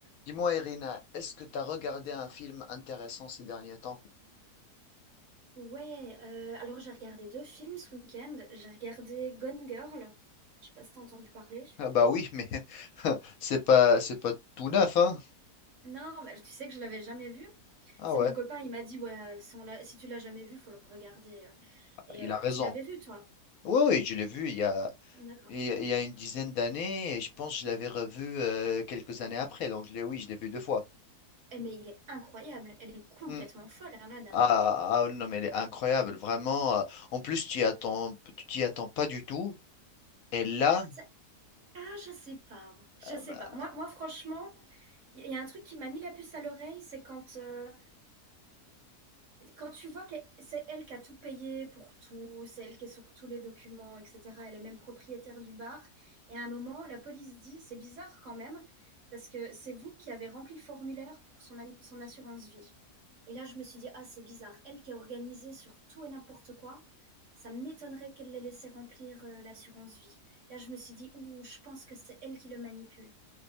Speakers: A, on the left; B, on the right.
A: Dis-moi, Irina, est-ce que tu as regardé un film intéressant ces derniers temps?
B: Ouais, euh, alors j'ai regardé deux films ce week-end. J'ai regardé Gone Girl. Je sais pas si t'as entendu parler.
A: Ah bah oui, mais <laughs> c'est pas c'est pas tout neuf, hein?
B: Non, mais tu sais que je l'avais jamais vu.
A: Ah
B: C'est
A: ouais,
B: mon copain, il m'a dit, ouais, euh, si, on l'a- si tu l'as jamais vu, faut le regarder. euh. Et
A: il
B: euh,
A: a raison.
B: tu l'avais vu, toi?
A: Oui, oui, je l'ai vu il y a,
B: D'accord.
A: il y a, il y a une dizaine d'années et je pense que je l'avais revu euh, quelques années après. Donc je l'ai- oui, je l'ai vu deux fois.
B: Eh, mais il est incroyable. Elle est complètement
A: Hmm.
B: folle, hein, la dame.
A: Ah,
B: hein.
A: ah, non, mais elle est incroyable, vraiment. euh, En plus, tu y attends, tu t'y attends pas du tout. Et là,
B: Ça- Ah, je sais pas. Je
A: euh,
B: sais
A: bah,
B: pas. Moi, moi franchement, il y, y a un truc qui m'a mis la puce à l'oreille, c'est quand euh, quand tu vois que c'est elle qui a tout payé pour tout, c'est elle qui est sur tous les documents, etc., elle est même propriétaire du bar, et à un moment, la police dit, c'est bizarre quand même, parce que c'est vous qui avez rempli le formulaire pour son, an- son assurance vie. Et là, je me suis dit, ah, c'est bizarre, elle qui est organisée sur tout et n'importe quoi, ça m'étonnerait qu'elle l'ait laissé remplir euh, l'assurance vie. Là, je me suis dit, ouh, je pense que c'est elle qui le manipule.